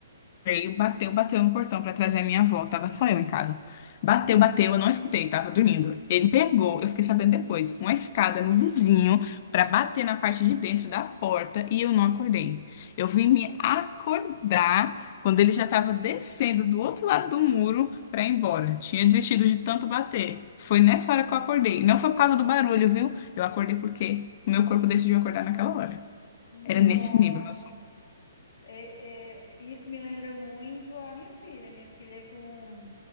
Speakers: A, on the left; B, on the left.
A: Veio, bateu, bateu no portão pra trazer a minha avó. Tava só eu em casa. Bateu, bateu, eu não escutei, tava dormindo. Ele pegou, eu fiquei sabendo depois, uma escada no vizinho pra bater na parte de dentro da porta e eu não acordei. Eu vim me acordar quando ele já tava descendo do outro lado do muro pra ir embora. Tinha desistido de tanto bater. Foi nessa hora que eu acordei. Não foi por causa do barulho, viu? Eu acordei porque o meu corpo decidiu acordar naquela hora.
B: Não.
A: Era nesse nível, meu sono.
B: É, é, isso me lembra muito a minha filha. Minha filha, com,